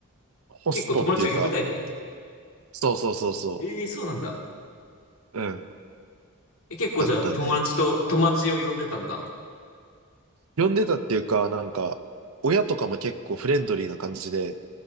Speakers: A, on the right; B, on the left.
A: ホストっていうか、
B: 結構友達を呼ぶタイプ
A: そうそうそうそ
B: ええそうなんだ。
A: う。うん。
B: え、結構じゃあ友達と、
A: だったね。
B: 友達を呼んでたんだ。
A: 呼んでたっていうか、なんか、親とかも結構フレンドリーな感じで